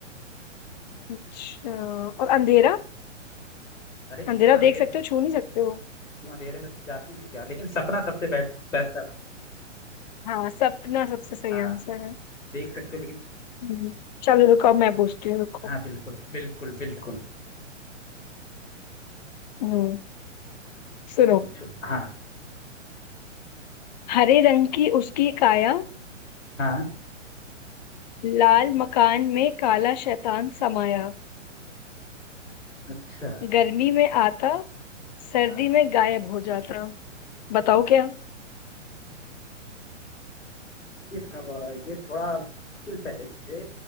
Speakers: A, on the left (about 35°); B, on the left (about 85°).
A: अच्छा और अंधेरा
B: अरे
A: अंधेरा
B: क्यों अंधेरे
A: देख सकते हो छू नहीं सकते हो
B: क्यों अंधेरे में तुम जाती नहीं हो क्या लेकिन सपना सबसे बेस्ट बेस्ट आंसर
A: हाँ सपना सबसे सही
B: हाँ
A: आंसर है
B: देख सकते हो लेकिन
A: हम्म, चलो रुको अब मैं पूछती हूँ रुको
B: हाँ बिल्कुल बिल्कुल बिल्कुल
A: हम्म, सुनो
B: पूछो हाँ
A: हरे रंग की उसकी काया
B: हाँ
A: लाल मकान में काला शैतान समाया
B: अच्छा
A: गर्मी में आता सर्दी
B: हाँ
A: में गायब हो जाता बताओ क्या
B: ये थोड़ा ये थोड़ा मुश्किल पहेली है